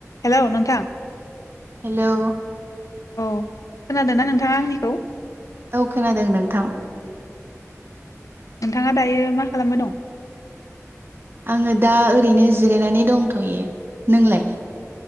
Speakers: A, on the left (about 80°); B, on the right (about 45°).
A: Hello नोंथां
B: hello
A: औ खोनादों ना नोंथाङा आंनिखौ?
B: औ खोनादों नोंथां।
A: नोंथाङा दायो मा खालामबाय दं?
B: आङो दा ओरैनो जिरायनानै दंथयो। नोंलाय?